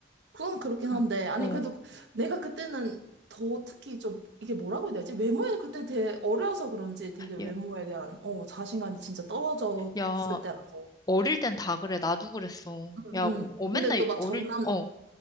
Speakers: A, on the right (about 75°); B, on the left (about 20°).
A: 그건 그렇긴
B: 그럼,
A: 한데, 아니,
B: 어,
A: 그래도 내가 그때는 더 특히 좀, 이게 뭐라고 해야 되지? 외모에 그때 되게 어려서 그런지 되게 외모에
B: 야,
A: 대한, 어, 자신감이 진짜 떨어졌을
B: 야,
A: 때라서.
B: 어릴 땐 다 그래. 나도 그랬어.
A: 응,
B: 야,
A: 응.
B: 어, 어, 맨날
A: 근데 또 막
B: 어릴,
A: 전남,
B: 어,